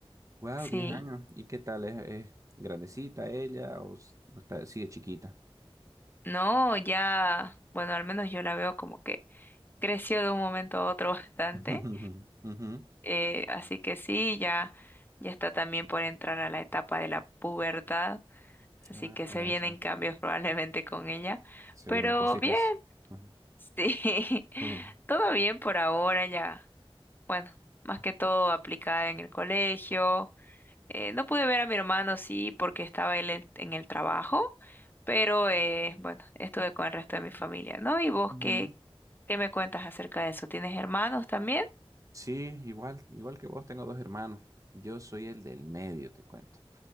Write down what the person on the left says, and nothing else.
Sí,
no, ya, bueno, al menos yo la veo como que creció de un momento a otro <laughs> bastante.
eh, así que sí, ya, ya está también por entrar a la etapa de la pubertad. Así
que se
vienen
cambios <laughs> probablemente con ella.
Pero
bien,
sí,
<laughs> todo bien por ahora ya. Bueno, más que todo aplicada en el colegio Eh, no pude ver a mi hermano, sí, porque estaba él en, en el trabajo, pero eh, bueno, estuve con el resto de mi familia, ¿no? ¿Y vos
qué, qué me cuentas acerca de eso? ¿Tienes hermanos también?